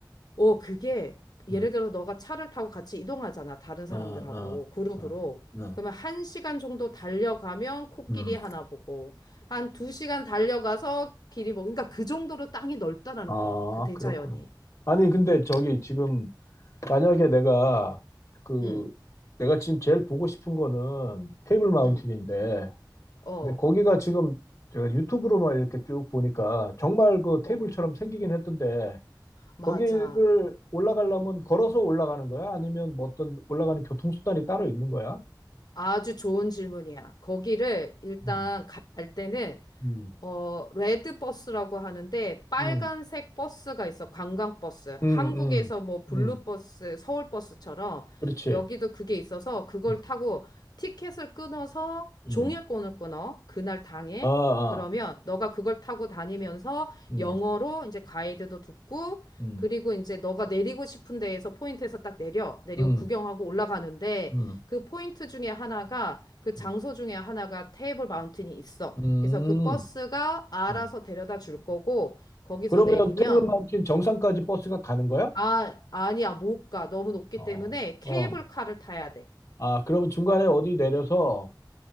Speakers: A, on the left; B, on the left.
A: 어, 그게 예를
B: 음,
A: 들어 너가 차를 타고 같이 이동하잖아. 다른 사람들하고
B: 어, 어,
A: 그룹으로.
B: 어, 어,
A: 그러면 한 시간 정도 달려가면 코끼리
B: 음.
A: 하나 보고 한 두 시간 달려가서 길이 뭐 그러니까 그 정도로 땅이 넓다라는
B: 아,
A: 거야. 그 대자연이.
B: 그렇구나. 아니, 근데 저기 지금 만약에 내가 그
A: 응,
B: 내가 지금 제일 보고 싶은 거는 테이블 마운틴인데,
A: 응. 어,
B: 근데 거기가 지금 제가 유튜브로만 이렇게 쭉 보니까 정말 그 테이블처럼
A: 어.
B: 생기긴 했던데
A: 맞아.
B: 거기를 올라가려면 걸어서 올라가는 거야? 아니면 뭐 어떤 올라가는 교통수단이 따로 있는 거야?
A: 아주 좋은 질문이야. 거기를 일단
B: 음,
A: 갈 때는
B: 음,
A: 어, 레드 버스라고 하는데 빨간색
B: 음,
A: 버스가 있어. 관광 버스.
B: 음,
A: 한국에서
B: 음,
A: 뭐 블루
B: 음,
A: 버스, 서울 버스처럼
B: 그렇지.
A: 여기도 그게 있어서 그걸
B: 음,
A: 타고 티켓을 끊어서
B: 음,
A: 종일권을 끊어. 그날 당일.
B: 아, 아,
A: 그러면 너가 그걸 타고 다니면서
B: 음,
A: 영어로 이제 가이드도 듣고
B: 음,
A: 그리고 이제 너가 내리고 싶은 데에서 포인트에서 딱 내려. 내리고
B: 음,
A: 구경하고 올라가는데
B: 음,
A: 그 포인트 중에 하나가 그
B: 음,
A: 장소 중에 하나가 테이블 마운틴이 있어.
B: 음.
A: 그래서 그 버스가 알아서
B: 음.
A: 데려다 줄 거고, 거기서
B: 그러면
A: 내리면,
B: 테이블 마운틴 정상까지 버스가 가는 거야?
A: 아, 아니야, 못 가. 너무 높기
B: 어,
A: 때문에 케이블카를
B: 어.
A: 타야 돼.
B: 아, 그러면 중간에 어디 내려서,